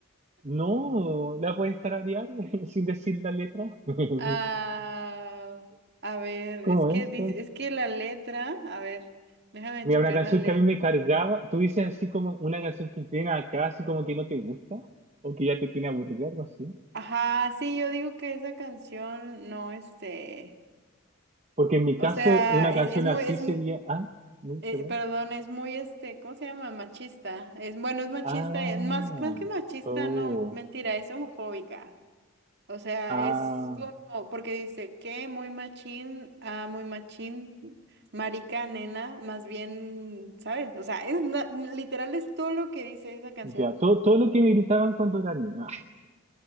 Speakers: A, on the right; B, on the right.
A: No, la puedes tararear <laughs> sin decir la letra. <laughs>
B: Ah, a ver,
A: ¿Cómo
B: es que,
A: es?
B: dice- es que la letra, a ver, déjame
A: Mira,
B: checar
A: una canción
B: la letra.
A: que a mí me cargaba, tú dices así como una canción que tiene acá, así como que no te gusta, o que ya te tiene aburrido algo así.
B: Ajá, sí, yo digo que esa canción no, este,
A: Porque en mi caso,
B: o sea,
A: una
B: e-
A: canción
B: es, muy,
A: así
B: es,
A: sería,
B: m-
A: ah, uy,
B: eh,
A: perdón,
B: perdón, es muy, este, ¿cómo se llama? Machista. Es, bueno, es machista,
A: ah,
B: es más, más que machista,
A: oh,
B: no, mentira, es homofóbica. O sea,
A: ah,
B: es como, porque dice que muy machín, ah, muy machín, marica, nena, más bien, ¿sabes? O sea, es na- literal es todo lo que dice esa canción.
A: ya, todo, todo lo que me gritaban cuando era niña,